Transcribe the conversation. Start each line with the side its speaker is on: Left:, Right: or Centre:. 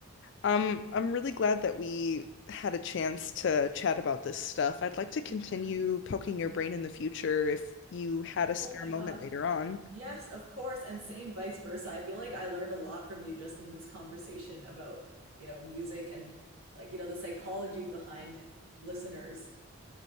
Left: um, I'm really glad that we had a chance to chat about this stuff. I'd like to continue
Right: Yeah.
Left: poking your brain in the future if you had a spare
Right: Oh my
Left: moment
Right: God.
Left: later on.
Right: Yes, of course. And same vice versa. I feel like I learned a lot from you just in this conversation about, you know, music and like, you know, the psychology behind listeners.